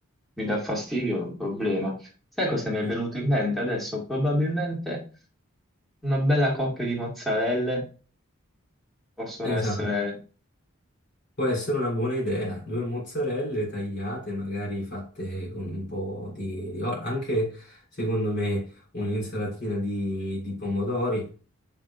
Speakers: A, in the centre; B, on the left.
A: mi dà fastidio è un problema. Sai cosa mi
B: Cioè,
A: è venuto in mente adesso? Probabilmente una bella coppia di mozzarelle Possono
B: esatto.
A: essere
B: Può essere una buona idea, due mozzarelle tagliate, magari fatte con un po' di, di olio, anche secondo me un'insalatina di, di pomodori